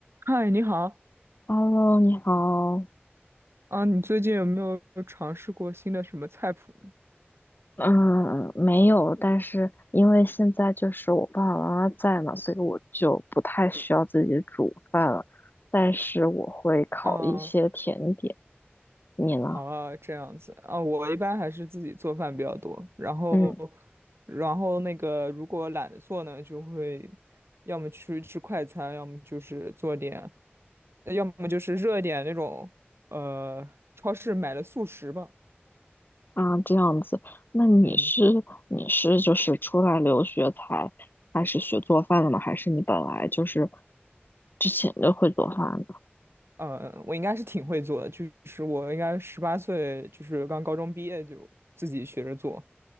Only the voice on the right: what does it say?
嗨，你好，
啊，你最近有没有尝试过新的什么菜谱呢？
啊
啊，这样子啊，我一般还是自己做饭比较多，然后，
然后那个如果懒得做呢，就会要么出去吃快餐，要么就是做点，要么就是热一点那种，呃，超市买的速食吧，
嗯。
呃，我应该是挺会做的，就是我应该十八岁，就是刚高中毕业就自己学着做，